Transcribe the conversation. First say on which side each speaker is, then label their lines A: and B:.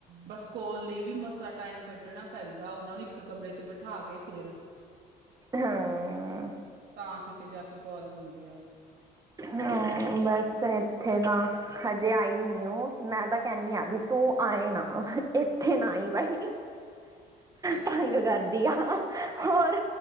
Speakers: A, on the right (about 75°); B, on the right (about 20°).
A: ਬਸ ਕਾਲ ਕਰਨ ਲਈ ਵੀ ਮਸਾਂ ਟਾਈਮ ਕੱਢਣਾ ਪੈਂਦਾ ਉਹਨਾਂ ਨੂੰ ਇੱਕ ਕਮਰੇ ਚ ਬਿਠਾ ਕੇ ਫੇਿਰ
B: ਹਾਂ
A: ਤਾਂ ਕਿਤੇ ਜਾ ਕੇ ਕਾਲ ਹੁੰਦੇ ਆ।
B: ਹਮ ਬਸ ਇੱਥੇ ਤਾਂ ਹਜੇ ਆਈ ਨੀ ਉਹ ਮੈਂ ਤਾਂ ਕਹਣੀ ਆ ਵੀ ਤੂੰ ਆਏ ਨਾ ਉੱਥੇ ਨਾ ਹੀ ਬਾਈ
A: ਅੱਛਾ
B: ਤੰਗ
A: ਅੱਛਾ।
B: ਕਰਦੀ ਆ ਹੋਰ